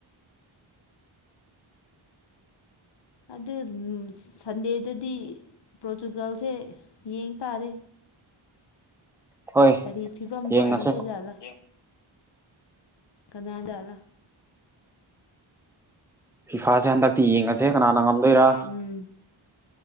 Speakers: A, on the left; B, in the centre.
A: ꯑꯗꯨ ꯁꯟꯗꯦꯗꯗꯤ ꯄꯣꯔꯇꯨꯒꯜꯁꯦ ꯌꯦꯡ ꯇꯥꯔꯦ
B: ꯍꯣꯏ
A: ꯀꯔꯤ ꯐꯤꯕꯝꯗ
B: ꯌꯦꯡꯉꯁꯦ
A: ꯁꯥꯟꯅꯗꯣꯏ ꯖꯥꯠꯂꯥ ꯀꯅꯥ ꯖꯥꯠꯂꯥ
B: ꯐꯤꯐꯥꯁꯦ ꯍꯟꯗꯛꯇꯤ ꯌꯦꯡꯉꯁꯦ ꯀꯅꯥꯅ ꯉꯝꯗꯣꯏꯔ
A: ꯎꯝ